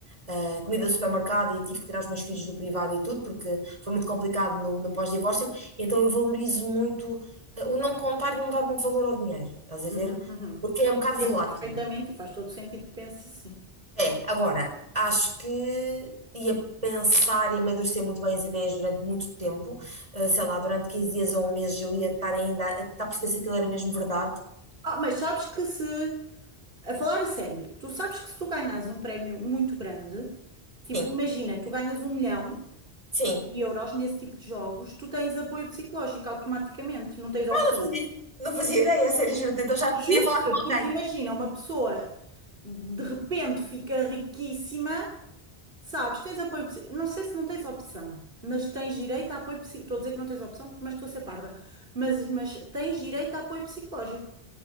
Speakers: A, on the right; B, on the right.
A: ah, comida do supermercado e tive que tirar os meus filhos do privado e tudo, porque foi muito complicado no, no pós-divórcio. Então eu valorizo muito eh, o não contar e não dar muito valor ao dinheiro, estás
B: uhum,
A: a ver?
B: uhum.
A: Porque é um bocado
B: Percebo
A: volátil.
B: perfeitamente e faz todo sentido que penses assim.
A: É, agora, acho que ia pensar e amadurecer muito bem as ideias durante muito tempo. Uh, sei lá, durante 15 dias ou um mês eu ia estar ainda a tentar perceber se aquilo era mesmo verdade.
B: Ah, mas sabes que se A falar a sério, tu sabes que se tu ganhas um prémio muito grande, tipo,
A: Sim,
B: imagina, tu ganhas um milhão
A: sim.
B: de euros nesse tipo de jogos, tu tens apoio psicológico automaticamente, não tens opção.
A: Eu não fazia, não fazia ideia, a sério, juro Então já podia
B: Juro-te,
A: falar com
B: porque
A: alguém.
B: imagina, uma pessoa de repente fica riquíssima, sabes, tens apoio, psi- não sei se não tens opção, mas tens direito a apoio psicológico. Estou a dizer que não tens opção, mas estou a ser parva. Mas, mas tens direito a apoio psicológico.